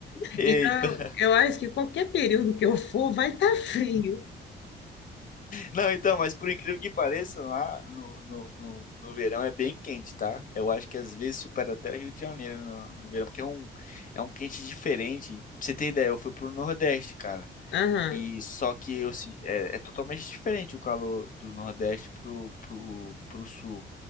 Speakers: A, on the left; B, on the left.
A: Eita!
B: Então, eu acho que qualquer período que eu for, vai estar frio.
A: Não, então, mas por incrível que pareça, lá no, no, no, no verão é bem quente, tá? Eu acho que às vezes supera até o Rio de Janeiro no, no verão, porque é um, é um quente diferente. Pra você ter ideia, eu fui pro Nordeste, cara.
B: Aham,
A: E só que eu, se- é, é totalmente diferente o calor do Nordeste pro, pro, pro Sul.